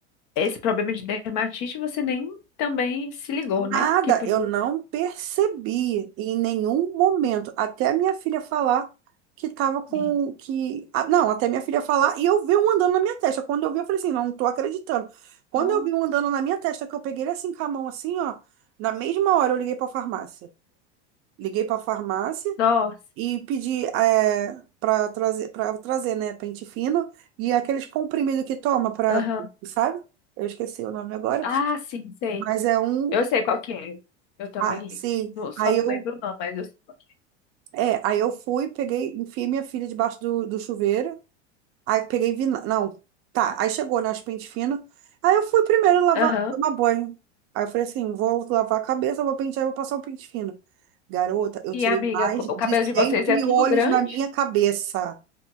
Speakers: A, on the left (about 55°); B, on the right (about 40°).
A: Esse problema de dermatite você nem também se ligou,
B: Nada,
A: né? Que podia.
B: eu não percebi em nenhum momento, até a minha filha falar que tava com
A: Sim.
B: que, ah, não, até minha filha falar e eu vi um andando na minha testa. Quando eu vi, eu falei assim, não, não tô acreditando. Quando
A: Nossa.
B: eu vi um andando na minha testa, que eu peguei ele assim com a mão assim, ó, na mesma hora eu liguei pra farmácia. Liguei pra farmácia
A: Nossa.
B: e pedi é, para trazer para trazer, né, pente fino e aqueles comprimidos que toma para
A: Aham.
B: sabe? Eu esqueci o nome agora,
A: Ah, sim, sei.
B: mas é um
A: Eu sei qual que é. Eu também
B: ah, sim.
A: li Não, Só
B: Aí
A: não
B: eu,
A: lembro não, mas eu sei qual que
B: é, aí eu fui, peguei, enfiei minha filha debaixo do, do chuveiro. Aí peguei, vi, não, tá. Aí chegou, né, os pente fino. Aí eu fui primeiro lavar,
A: é. Aham.
B: tomar banho. Aí eu falei assim, vou lavar a cabeça, vou pentear, vou passar o pente fino. Garota, eu
A: E
B: tirei
A: amiga,
B: mais
A: co-
B: de
A: o cabelo
B: 100
A: de vocês
B: piolhos
A: é tudo grande?
B: na minha cabeça.